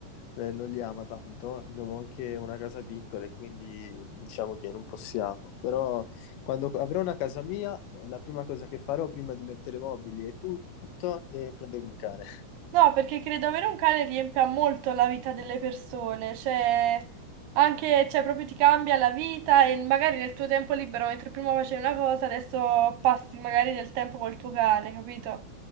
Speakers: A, on the left; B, on the right.
A: eh, non li ama tanto. Abbiamo anche una casa piccola e quindi diciamo che non possiamo. Però quando avrò una casa mia, è la prima cosa che farò prima di mettere mobili e tutto è prendermi un cane.
B: No, perché credo avere un cane riempia molto la vita delle persone, cioè anche, cioè proprio ti cambia la vita e magari nel tuo tempo libero, mentre prima facevi una cosa, adesso passi magari del tempo col tuo cane, capito?